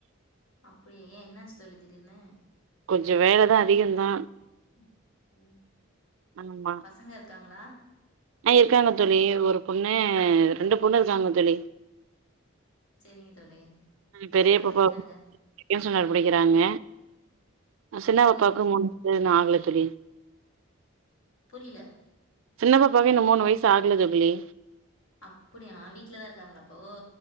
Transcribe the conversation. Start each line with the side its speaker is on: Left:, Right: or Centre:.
Left: அப்டியா ஏ என்னாச்சு தொழி திடீர்னு
Right: கொஞ்சம் வேலதா அதிகந்தா
Left: ம் ம்.
Right: ஆமா
Left: பசங்க இருக்காங்களா
Right: ஆ இருக்காங்க தொழி ஒரு பொண்ணு ரெண்டு பொண்ணு இருக்காங்க தொழி
Left: சரிங்க தோழி
Right: பெரிய
Left: என்ன
Right: பப்பா
Left: படிக்கிறாங்க
Right: ஒக்ஸ்னல் படிக்கிறாங்க சின்ன பாப்பாவுக்கு
Left: ம்
Right: மூணு இன்னு ஆ <unintelligible> தோழி
Left: இல்ல
Right: சின்ன பாப்பாக்கு இன்னு மூணு வயசு ஆகல தோழி.
Left: அப்படியா வீட்லதா இருக்காங்களா அ ப்போ